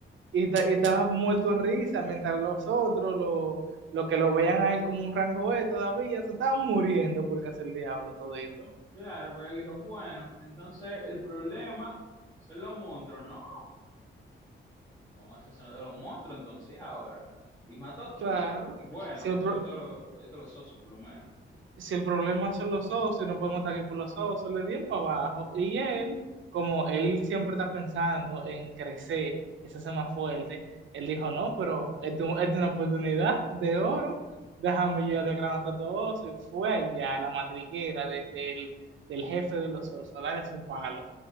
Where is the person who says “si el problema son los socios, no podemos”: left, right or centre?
Right